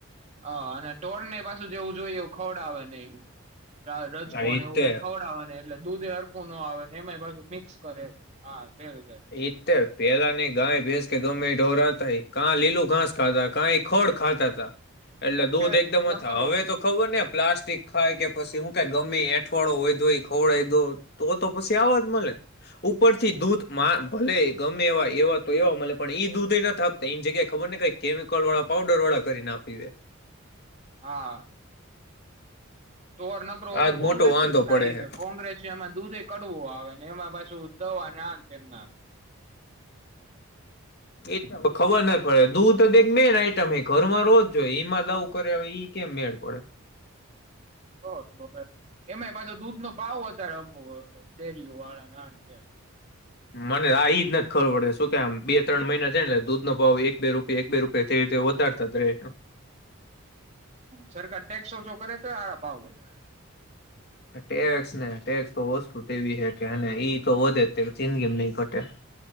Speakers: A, on the right; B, on the left.
A: હ, અને ઢોળને એ પાછું જેવું જોઈએ એવું ખવડાવે નહી. કા રજકો
B: હા ઈ
A: ને એવું
B: તે
A: કઈ ખવડાવવા ને ટલે દૂધે હરખું નો આવે એમાંય પાછું મિક્સ કરે હા. ભેળસેળ
B: ઇત્તે પેલાની ગાય ભેસ કે ગમે ડોરા તઈ કાં લીલુ ઘાસ ખાતા કાંઈ ખોડ ખાતાતા. એટલે
A: અત્યારે
B: દૂધ એકદમ
A: નકરો
B: થા હવે તો ખબર ને પ્લાસ્ટિક ખાય કે પછી હું કાંઈ ગમે એઠવાડો હોય તોય ખવડાઈ દો તો તો પછી આવાજ મલે ઉપરથી દૂધ મા ભલે ગમે એવા એવા તો એવા મલે પણ ઈ દૂધેય નથ આપતા ઈન જગ્યાએ ખબર નઈ કઈ કેમિકલવાળા પાઉડરવાળા કરીન આપી દે.
A: હા. તોર નકરો હવે
B: આજ
A: કોંગ્રેસ
B: મોટો વાંધો
A: જ ખાય
B: પડે હે
A: છે કોંગ્રેસ એમાં દૂધે કડવું આવેને એમાં પાછ શું ઉદધવ આના ન તે
B: એ ખબર નથ પડે દૂધ તો એક મેન આઈટમ હે, ઘરમાં રોજ જોઈ ઈમાં દઉ કરે હવે ઈ કેમ મેળ પડે.
A: તો <unintelligible> એમાંય પાછો દૂધનો ભાવ વધારે અમો ડેરીઓવાળા આન તેમ.
B: મને આ ઈજ નથ ખબર પડે શું કે આમ બે ત્રણ મહિના છે ટલે દૂધ નો ભાવ એક બે રૂપિયા એક બે રૂપિયા તે રીતે વધારતા જ રહે.
A: સરકાર ટેક્સ ઓછો કરે તોય હારા ભાવ વધારે.
B: ટેક્સને ટેક્સ તો વસ્તુ તે એવી હે કે અને ઈ તો વધે જ તે જિંદગીમ નહી ઘટે.